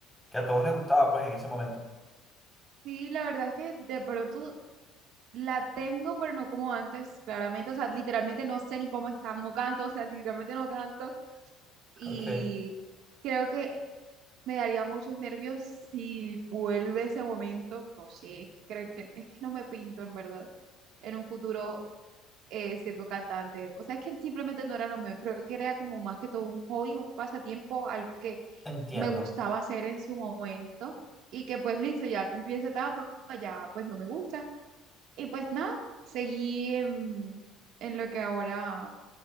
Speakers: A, in the centre; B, on the right.
A: que a todos les gustaba, pues en ese momento. <laughs>
B: sí, la verdad es que de pronto la tengo, pero no como antes, claramente, o sea, literalmente no sé ni cómo está, no canto, o sea, literalmente no canto y
A: Ok.
B: creo que me daría muchos nervios si vuelve ese momento, no sé, es que creo que es que no me pinto en verdad en un futuro eh, siendo cantante. O sea, es que simplemente no era lo mío. Creo que era como más que todo un hobby, un pasatiempo, algo que
A: Entiendo.
B: me gustaba hacer en su momento y que pues listo, ya cumplí esa etapa, pues, ya pues no me gusta. Y pues nada, seguí en, en lo que ahora